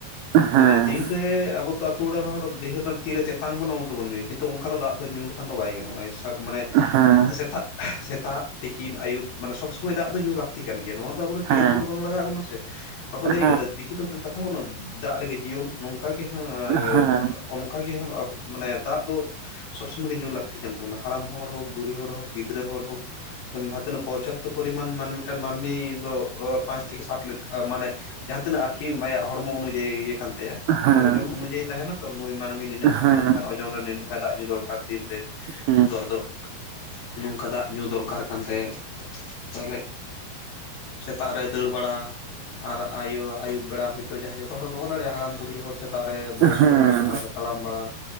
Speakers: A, on the right (about 90°); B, on the left (about 70°).
A: ᱦᱮᱸ
B: ᱢᱟᱱᱮ ᱫᱤᱱ ᱨᱮ ᱟᱵᱚ ᱛᱚᱼᱼ ᱟᱛᱳ ᱚᱲᱟᱜ ᱨᱮᱱ ᱦᱚᱲ ᱰᱷᱮᱨ ᱛᱤᱨᱮ ᱛᱮᱛᱟᱝ ᱵᱚᱱᱟ ᱩᱱ ᱨᱮᱵᱚᱱ ᱧᱩᱭᱟ ᱠᱤᱱᱛᱩ ᱚᱱᱠᱟ ᱫᱚ ᱫᱟᱜ ᱫᱚ ᱧᱩ ᱞᱮᱠᱷᱟᱱ ᱫᱚ ᱵᱟᱭ ᱜᱟᱱᱚᱜ-ᱟ ᱥᱟᱨ ᱢᱟᱱᱮᱼᱼ
A: ᱦᱮᱸ
B: ᱥᱮᱛᱟᱜ ᱥᱮᱛᱟᱜ ᱛᱤᱠᱤᱱ ᱟᱭᱩᱵ ᱢᱟᱱᱮ ᱥᱚᱵᱽ ᱥᱚᱢᱚᱭ ᱫᱟᱜ ᱫᱚ ᱧᱩ ᱞᱟᱠᱼᱼ ᱛᱤ ᱠᱟᱱ ᱜᱮᱭᱟ ᱱᱚᱣᱟ ᱫᱚ ᱟᱵᱚ ᱫᱚ ᱠᱤᱨᱤᱧ
A: ᱦᱮᱸ
B: ᱛᱮᱫᱚ ᱵᱟᱝ ᱞᱟᱜᱟᱣᱟᱜ ᱵᱚᱱᱟ ᱥᱮ ᱵᱟᱠᱚ ᱞᱟᱹᱭ
A: ᱦᱮᱸ
B: ᱠᱟᱫᱟ ᱫᱤᱠᱩ ᱫᱚ ᱢᱤᱫᱴᱟᱱᱼᱼ ᱠᱟᱛᱷᱟ ᱵᱟᱹᱱᱩᱜ-ᱟ ᱫᱟᱜ ᱨᱮᱜᱮ ᱡᱤᱭᱚᱱ ᱱᱚᱝᱠᱟ ᱜᱮ ᱦᱟᱸᱜ
A: ᱦᱮᱸ
B: ᱚᱱᱠᱟᱼᱼ ᱚᱱᱠᱟ ᱜᱮ ᱦᱚᱸ ᱟᱵᱚ ᱢᱟᱱᱮ ᱫᱟᱜ ᱫᱚ ᱥᱚᱵᱽ ᱥᱚᱢᱚᱭ ᱜᱮ ᱧᱩ ᱞᱟᱠᱛᱤ ᱠᱟᱱ ᱛᱟᱵᱚᱱᱟ ᱦᱟᱲᱟᱢ ᱦᱚᱲ ᱦᱚᱸ ᱵᱩᱲᱦᱤᱼᱼ ᱦᱚᱲ ᱦᱚᱸ ᱜᱤᱫᱽᱨᱟᱹ ᱦᱚᱲ ᱦᱳᱠ ᱡᱟᱦᱟᱸ ᱛᱤᱱᱟᱹᱜ ᱯᱚᱨᱡᱟᱯ ᱛᱚ ᱯᱚᱨᱤᱢᱟᱱ ᱢᱟᱱᱮ ᱢᱤᱫᱴᱟᱱ ᱢᱟᱱᱢᱤ ᱫᱚᱼᱼ ᱚᱻ ᱯᱟᱸᱪ ᱛᱷᱮᱠᱮ ᱥᱟᱛ ᱞᱤᱴ ᱟ ᱢᱟᱱᱮ ᱡᱟᱦᱟᱸ ᱛᱤᱱᱟᱹᱜ ᱟᱨᱠᱤ ᱢᱟᱭᱟᱜ ᱦᱚᱲᱢᱚ ᱚᱱᱩ ᱡᱟᱹᱭᱟᱤ ᱤᱭᱟᱹ ᱠᱟᱱ ᱛᱟᱭᱟ᱾ ᱢᱤᱫᱴᱟᱝ
A: ᱦᱮᱸ ᱦᱮᱸ
B: ᱚᱡᱚᱱ
A: ᱦᱮᱸ
B: ᱚᱱᱩ ᱡᱟᱹᱭᱤ ᱛᱟᱦᱮᱱᱟ ᱛᱚ ᱱᱩᱭ ᱢᱟᱱᱢᱤ ᱱᱤᱱᱟᱹᱜ ᱜᱟᱱ
A: ᱦᱮᱸ
B: ᱱᱤᱱᱟᱹᱜ ᱜᱟᱱ ᱚᱡᱚᱱ ᱨᱮ ᱱᱤᱱᱟᱹᱜ ᱜᱟᱱ ᱫᱟᱜ ᱧᱩ ᱫᱚᱨᱠᱟᱨ ᱫᱤᱱ ᱨᱮ᱾
A: ᱦᱩᱸ᱾
B: ᱫᱚ ᱟᱫᱚ ᱱᱚᱝᱠᱟ ᱫᱟᱜ ᱧᱩ ᱫᱚᱨᱠᱟᱨ ᱠᱟᱱ ᱛᱟᱭᱟ ᱛᱟᱦᱞᱮᱜᱼᱼ ᱥᱮᱛᱟᱜ ᱨᱮ ᱫᱟᱹᱲ ᱵᱟᱲᱟᱼᱼ ᱟᱨ ᱟᱭᱳ ᱟᱭᱩᱵ ᱵᱮᱲᱟ ᱦᱚᱭᱛᱚ ᱡᱟᱦᱟᱸᱭ ᱡᱚᱛᱚ ᱦᱚᱲ ᱫᱚ ᱵᱟᱠᱚ ᱫᱟᱲᱮᱭᱟᱜ-ᱟ ᱦᱟᱲᱟᱢ ᱵᱩᱲᱦᱤ ᱦᱚᱲ ᱥᱮᱼᱼ ᱥᱮᱛᱟᱜ ᱨᱮ ᱵᱚᱭᱮᱥ
A: ᱦᱮᱸ
B: ᱠᱚ ᱦᱚᱲ ᱥᱮᱛᱟᱜ ᱨᱮ ᱛᱟᱲᱟᱢ ᱵᱟᱲᱟ